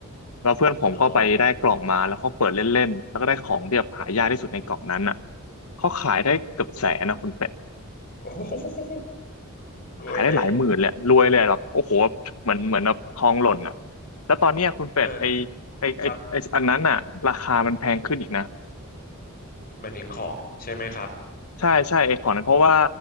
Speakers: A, on the left; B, on the left.
A: แล้วเพื่อนผมก็ไปได้กล่องมาแล้วก็เปิดเล่นๆแล้วก็ได้ของที่แบบหายากที่สุดในกล่องนั้นอ่ะ
B: อ๋อ
A: เขาขายได้เกือบแสนนะคุณเป็ด
B: <laughs> โอ้โห รวยเลย
A: ขายได้หลายหมื่นเลยอะรวยเลยอะแบบโอ้โหเหมือนเหมือนแบบทองหล่นอ่ะแล้วตอนเนี้ยคุณเป็ดไอ
B: เออ
A: ไอไอไออันนั้นอ่ะราคามันแพงขึ้นอีกนะ
B: ครับหมายถึงของใช่ไหมครับ
A: ใช่ใช่ไอของนั้นเพราะว่า